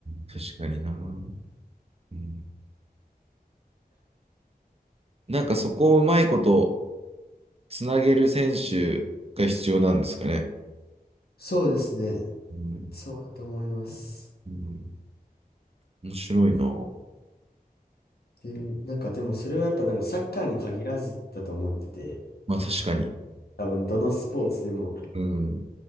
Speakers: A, on the right; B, on the left.
A: 確かにな。うん、なんかそこをうまいことつなげる選手が必要なんですかね。
B: そうですね。
A: うん
B: そうだと思います。
A: うん、面白いな。
B: で、なんかでもそれはやっぱなんかサッカーに限らずだと思ってて、
A: まあ確かに。
B: 多分どのスポーツでも
A: うん。